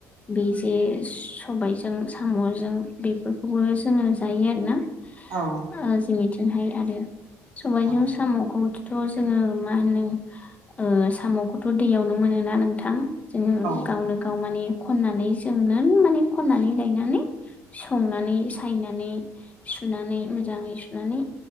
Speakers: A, on the left; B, on the right.
A: बे जे सबायजों साम'जों बेफोरखौबो जोङो जायो आरोना। ओ
B: औ
A: जोंनिथिंहाय आरो सबायजों
B: औ
A: साम'खौ थ' जोङो मा होनो ओ साम'खौथ' दैयावनो मोनोना नोंथां। जोङो
B: औ
A: गावनो गाव माने खननानै जों नों माने खननानै लायनानै संनानै सायनानै सुनानै मोजाङै सुनानै